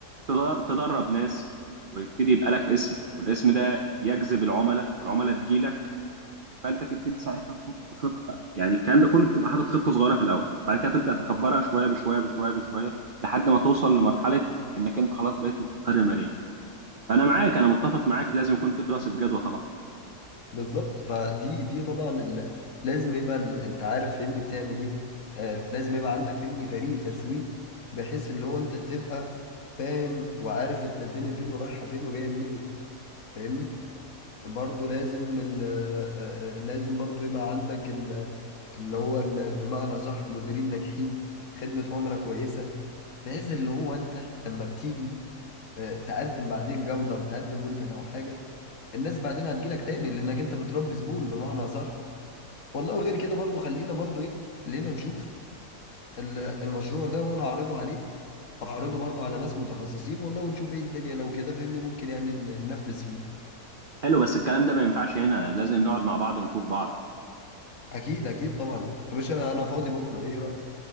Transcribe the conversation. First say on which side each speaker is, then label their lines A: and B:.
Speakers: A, on the right (about 90°); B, on the left (about 55°).
A: تدر- تدرب ناس ويبتدي يبقى لك اسم والاسم ده يجذب العملاء والعملاء تجيلك فانت تبتدي ساعتها تحط خطه يعني الكلام ده كله بتبقى حاطط خطه صغيره في الاول بعد كده تبدا تكبرها شويه بشويه بشويه بشويه لحد ما توصل لمرحله انك انت خلاص بقيت مستقر ماليا انا معاك انا متفق معاك لازم يكون في دراسة جدوى طبعا
B: بالظبط فدي دي طبعا ال- لازم يبقى ال- انت عارف فاهمني بتعمل ايه آه لازم يبقى عندك فاهمني فريق تسويق بحيث اللي هو انت تبقى فاهم وعارف انت الدنيا فين ورايحة فين وجاية منين فاهمني برضو لازم ال آه، آه، لازم برضو يبقى عندك ال اللي هو ال بمعنى صح مديرين ناجحين خدمة عملاء كويسة بحيث اللي هو انت لما بتيجي آه، تقدم بعدين جودة وتقدم منتج او حاجة الناس بعدين هتجيلك تاني لانك انت بتربي زبون بمعنى صح والله وغير كده برضو خلينا برضو ايه خلينا نشوف ال- المشروع ده وانا هعرضه عليك وهعرضه برضو على ناس متخصصين والله ونشوف ايه الدنيا لو كده فهمني ممكن يعني ن- ننفذ فيه
A: حلو بس الكلام ده ما ينفعش هنا لازم نقعد مع بعض ونشوف بعض
B: اكيد اكيد طبعا يا باشا انا فاضي بكره ايه رايك